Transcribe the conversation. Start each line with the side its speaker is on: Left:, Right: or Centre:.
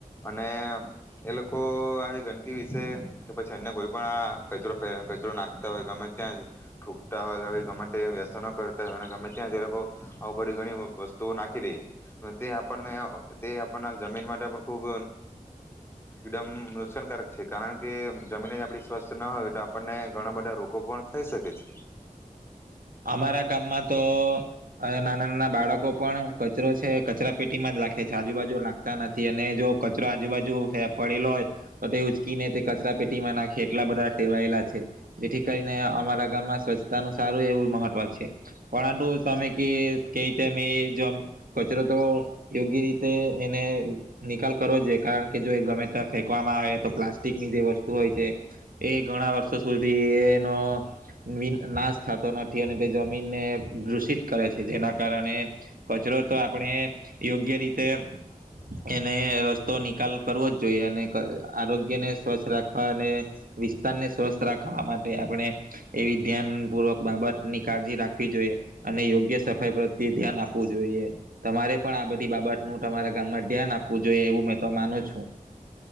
Left: અને એ લોકો આવી ગંદકી વિશે કે પછી અન્ય કોઈ પણ આ કચરો ફે કચરો નાખતા હોય ગમે ત્યાં ઠૂંકતા હોય કે વ્યસ કરતા હોય અને ગમે ત્યાં જે લોકો આવ બધી ઘણી વસ્તુઓ નાખી દે તે આપણને તે આપણ જમીન માટે પણ ખૂબ એકદમ નુકસાનકારક છે કારણ કે જમીન આપ સ્વસ્થ ના હોય તો આપણને ઘણા બધા રોગ પણ થઈ શકે છે.
Right: અમારા ગામમાં તો નાના નાના બાળકો પણ કચરો છે કચરા પેટીમાં જ નાખે છે આજુબાજુ લખતા નથી અને જો કચરો આજુબાજુ પડેલો હોય તો તે ઉચકીને તે કચરા પેટીમાં નાખે એટલા બધા ટેવાયેલા છે જેથી કરીને અમારા ગામમાં સ્વચ્તા નું સારું એવું મહત્વ છે પરંતુ તમે કે ક રીતેમે કચરો તો યોગ્ય રીતે એને નિકાલ કરો જ છે કારણ કે જો એ ગમે ત ફેંકવામાં આવે તો પ્લાસ્ટિકની જે વસ્તુ હોય છે એ ઘણા વર્ષો સુધી એનો નાશ થતો નથી અને તે જમીનને દૂષિત કરે છે જેના કારણે કચરો તો આપણે યોગ્ય રીતે એને રસ્તો નિકાલ કરવો જ જોઈએ અને આરોગ્યને સ્વસ્થ રાખવા અને વિસ્તારને સ્વસ્થ રાખવા માટે આપણે એવી ધ્યાન પૂર્વક બાબત ની કાળજી રાખવી જોઈએ અને યોગ્ય સફાઈ પ્રત્યે ધ્યાન આપવું જોઈએ તમારે પણ આ બધી બાબતનું તમારા ગામમાં ધ્યાન આપવું જોઈએ એવું મેં તો માનું છું.